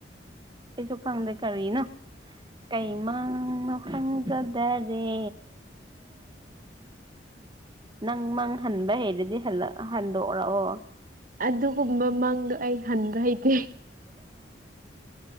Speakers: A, on the right; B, on the right.
A: ꯑꯩꯁꯨ ꯈꯪꯗꯦ ꯀꯔꯤꯅꯣ ꯀꯩꯃ ꯈꯪꯖꯗꯔꯦ ꯅꯪ ꯃꯪ ꯍꯟꯕ ꯍꯩꯔꯗꯤ ꯍꯟꯗꯣꯛꯎꯔꯛꯑꯣ
B: ꯑꯗꯨꯒꯨꯝꯕ ꯃꯥꯡꯗꯣ ꯑꯩ ꯍꯟꯕ ꯍꯩꯇꯦ